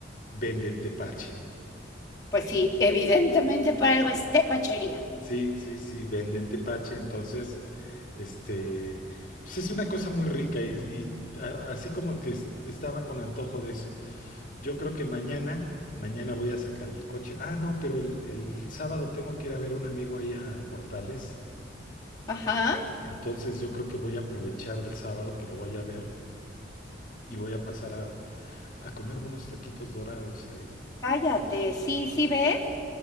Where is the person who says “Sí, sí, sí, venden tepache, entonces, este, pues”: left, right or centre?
Left